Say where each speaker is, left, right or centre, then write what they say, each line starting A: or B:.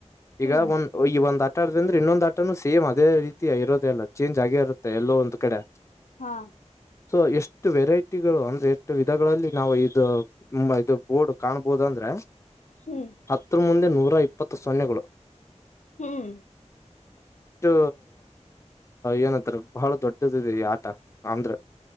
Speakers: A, on the left (about 25°); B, on the left (about 75°).
A: ಈಗ
B: ಹ್ಮ್
A: ಒಂದ ಈ ಒಂದ ಆಟ ಆ ಅಂದ್ರೆ ಇನ್ನೊಂದ ಆಟನು ಸೇಮ್ ಅದೇ ರೀತಿ ಇೋದೆಲ್ಲ ಚೇಜ್ ಆಗೇ ಇರುತ್ತೆ ಎಲ್ಲೋ ಒಂದ್ ಕಡೆ
B: ಹಾ
A: ಸೊ ಎಷ್ಟು ವೆರೈಟಿಗಳು ಅಂದ್ರೆ ಎಷ್ಟು ವಿಧಗಳಲ್ಲಿ ನಾವು ಇ ಇ ಬೋರ್ಡ್ ಕಾಣಬಹುದು ಅಂದ್ರೆ
B: ಹ್ಮ್
A: ಹತ್ರರ ಮುಂದೆ ನೂರ ಇಪ್ಪತ್ತು ಸೊನ್ನೆಗಳು
B: ಹ್ಮ್
A: ಅಷ್ಟು ಏನಂತಾರ ಬಹಳ ದೊಡ್ಡದ ಇದೆ ಈ ಆಟ ಅಮಂದ್ರ